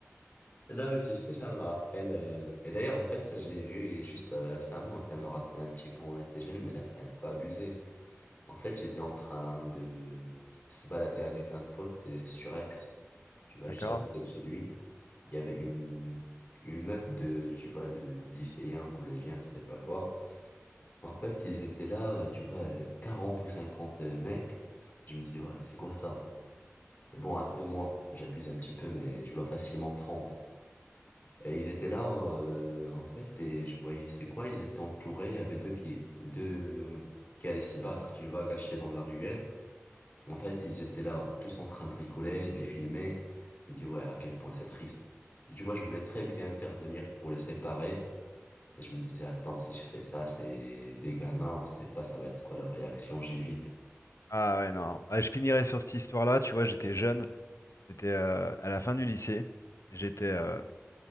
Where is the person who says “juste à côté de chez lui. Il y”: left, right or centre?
Left